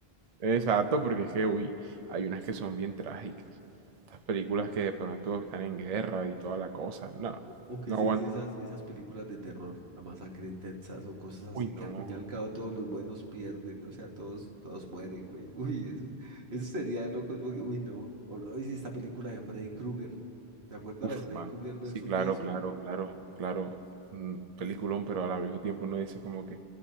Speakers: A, on the right; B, on the right.
A: Exacto, porque es que, uy, hay unas que son bien trágicas. Estas películas que de pronto están en guerra y toda la cosa. No,
B: O, o que
A: no
B: se
A: aguanta.
B: dice esas, esas películas de terror, La Masacre en Texas o cosas así,
A: Uy,
B: que
A: no.
B: al fin y al cabo todos los buenos pierden, o sea, todos, todos mueren, güey. <laughs> Uy, eso, eso sería de locos, porque, uy, no. O, oye, si esta película de Freddy Krueger, ¿te acuerdas
A: Uf,
B: la de Freddy
A: mano.
B: Krueger versus
A: Sí, claro,
B: Jason?
A: claro, claro, claro. Un peliculón,
B: Uf,
A: pero al mismo tiempo uno dice como que,